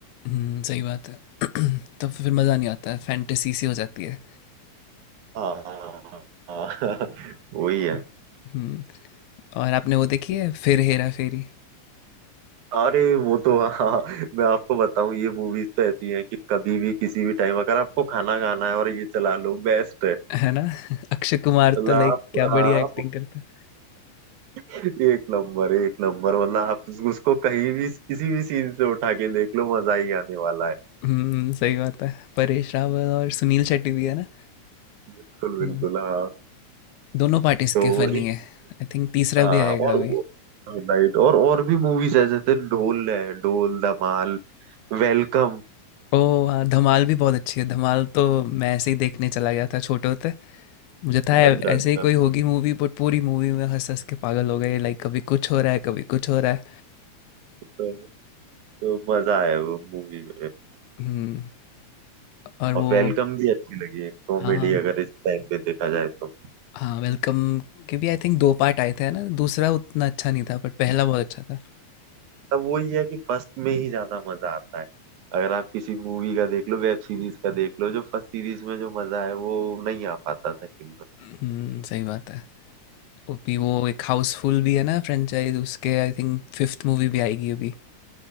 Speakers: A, on the left; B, on the right.
A: हुँ, सही बात है। <clears throat> तब फिर मज़ा नहीं आता है, फैंटेसी सी हो जाती है।
B: हाँ हाँ <laughs> वही है
A: हुँ, और आपने वो देखी है फिर हेरा फेरी,
B: अरे वो तो हाँ हाँ, मैं आपको बताऊं ये मूवीज तो ऐसी हैं कि कभी भी किसी भी टाइम अगर आपको खाना खाना है और ये चला लो बेस्ट है
A: है ना? <laughs> अक्षय कुमार तो
B: मतलब
A: लाइक
B: आप,
A: क्या बढ़िया
B: हाँ,
A: एक्टिंग
B: आपको
A: करता है।
B: एक नंबर एक नंबर मतलब आप उस- उसको कहीं भी किसी भी सीन से उठा के देख लो मजा ही आने वाला है
A: हुँ, सही बात है। परेश रावल और सुनील शेट्टी भी है ना?
B: बिल्कुल
A: तो
B: बिल्कुल हाँ
A: दोनों पार्ट इसके
B: तो
A: फ़नी
B: इस-
A: है। आई थिंक तीसरा
B: हाँ
A: भी आएगा
B: और
A: अभी।
B: वो राइट और और भी मूवीज है जैसे ढोल है ढोल धमाल वेलकम
A: ओह! हाँ, धमाल भी बहुत अच्छी है। धमाल तो मैं ऐसे ही देखने चला गया था छोटे होते। मुझे था ऐ
B: अच्छा अच्छा
A: ऐसे ही कोई होगी मूवी बट पूरी मूवी में हँस-हँस के पागल हो गए। लाइक कभी कुछ हो रहा है, कभी कुछ हो रहा है।
B: तो, तो मजा है वो मूवी में
A: हुँ, और वो
B: और वेलकम भी अच्छी लगी है कॉमेडी
A: हाँ
B: अगर इस टाइम पे देखा जाए तो
A: हाँ वेलकम के भी आई थिंक दो पार्ट आए थे है ना दूसरा उतना अच्छा नहीं था बट पहला बहुत अच्छा था
B: तब वही है कि फर्स्ट में ही ज्यादा मजा आता है अगर आप किसी मूवी का देख लो वेब सीरीज का देख लो जो फर्स्ट सीरीज में जो मजा है वो नहीं आ पाता सेकंड
A: हम्म सही बात है वो भी वो एक हाउसफुल भी है ना फ्रेंचाइज उसके आई थिंक फिफ्थ मूवी भी आएगी अभी